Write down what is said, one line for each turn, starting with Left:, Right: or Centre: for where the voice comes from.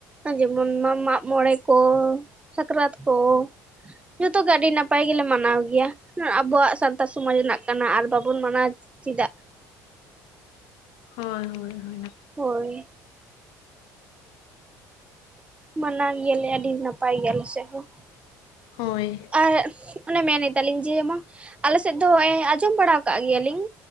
Right: ᱡᱮᱢᱚᱱ ᱢᱟᱜ ᱢᱚᱬᱮ ᱠᱚ ᱥᱟᱠᱨᱟᱛ ᱠᱚ᱾ ᱡᱚᱛᱚ ᱜᱮ ᱟᱹᱰᱤ ᱱᱟᱯᱟᱭ ᱜᱮᱞᱮ ᱢᱟᱱᱟᱣ ᱜᱮᱭᱟ᱾ ᱟᱵᱚᱣᱟᱜ ᱥᱟᱱᱛᱟᱲ ᱥᱚᱢᱟᱡᱽ ᱨᱮᱱᱟᱜ ᱠᱟᱱᱟ, ᱟᱨ ᱵᱟᱵᱚᱱ ᱢᱟᱱᱟᱣ ᱪᱤᱫᱟᱜ?
Left: ᱦᱳᱭᱻ ᱦᱳᱭᱻ᱾
Right: ᱦᱳᱭᱻ᱾ ᱢᱟᱱᱟᱣ ᱜᱮᱭᱟᱞᱮ ᱟᱹᱰᱤ ᱱᱟᱯᱟᱭ ᱜᱮ ᱟᱞᱮ ᱥᱮᱜ ᱦᱚᱸ᱾
Left: ᱦᱳᱭ
Right: ᱟᱨ ᱚᱱᱮ ᱢᱮᱱᱮ ᱫᱟᱞᱤᱧ ᱡᱮ ᱢᱟ, ᱟᱞᱮ ᱥᱮᱫ ᱫᱚ ᱟᱸᱡᱚᱢ ᱵᱟᱲᱟ ᱠᱟᱜ ᱜᱮᱭᱟᱞᱤᱧ?